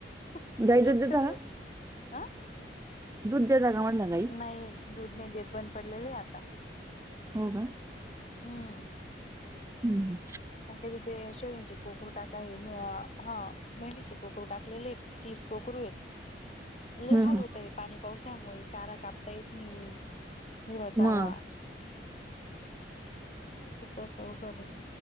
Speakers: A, on the left; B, on the right.
A: <unintelligible>
B: गाई दूध देता का
A: आ
B: दूध द्याता का म्हटलं गाई
A: नाही दूध नाही देत बंद पडलेले आहे आता
B: हो का?
A: हम
B: हम्म
A: का काय तिथे शेळींचे कोकरू टाकाय मी हा मेंढीचे कोकरू टाकलेले आहेत तीस कोकरू ये लई
B: हम्म
A: हाल
B: हा हा
A: होतय पाणी पावसामुळे चारा कापता येत नाही हिरवा चारा
B: मग
A: खूप अवघड आहे